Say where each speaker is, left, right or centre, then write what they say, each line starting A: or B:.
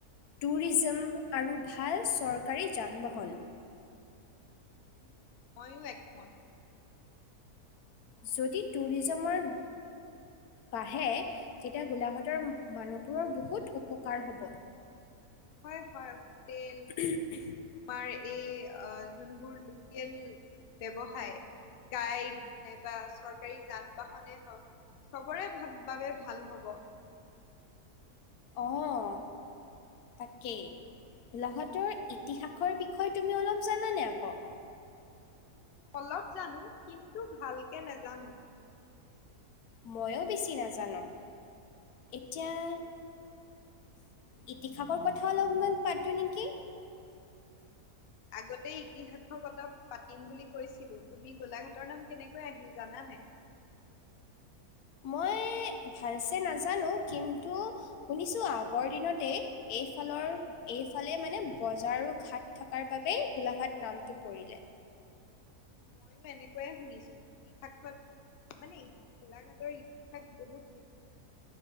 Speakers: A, on the left; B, on the left.
A: টুৰিজম আৰু ভাল চৰকাৰী যান বাহন
B: উম উম মইয়ো একমত
A: যদি টুৰিজেমৰ- বাঢ়ে তেতিয়া গোলাঘাটৰ মানুহবোৰৰ বহুত উপকাৰ হ'ব-
B: হয় হয়- হোটেল
A: উম উ
B: তোমাৰ এই যোনবোৰ অ লোকেল ব্যবসায় - গাইড নাইবা চৰকাৰী যান-বাহনে হওক- চবৰে ভা বাবে ভাল হ'ব- <inaudible>
A: অঁ তাকেই গোলাঘাটৰ ইতিহাসৰ বিষয়ে তুমি অলপ জানানে আকৌ-
B: উম, অলপ জানো কিন্তু ভালকে নাজানো-
A: ময়ো বেছি নাজানো এতিয়া- ইতিহাসৰ কথা অলপমান পাতোঁ নেকি?
B: আগতে ইতিহাসৰ কথা পাতিম বুলি কৈছিলো তুমি গোলাঘাটৰ নাম কেনেকৈ আহিল জানানে-
A: মই ভালছে নাজানো কিন্তু- শুনিছো আগৰ দিনতেই এইফালৰ- এইফালে মানে বজাৰৰ ঘাট থকাৰ বাবেই গোলাঘাট নামটো পৰিলে-
B: উম, ময়ো এনেকোৱাই শুনিছো- ইতিহাসত মানে গোলাঘাটৰ ইতিহাস বহুত বেছি-